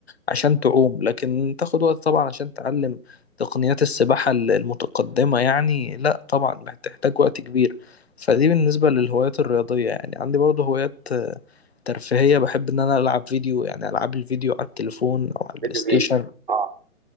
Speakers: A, on the left; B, on the right.
A: عشان تعوم لكن تاخد وقت طبعا عشان تعلم تقنيات السباحه المتقدمه يعني لا طبعا بتحتاج وقت كبير فدي بالنسبة للهوايات الرياضية يعني عندي برضه هوايات آه، ترفيهية بحب إن أنا ألعب فيديو يعني ألعاب الفيديو على التليفون أو على البلاي
B: فيديو
A: ستيشن
B: جيمز اه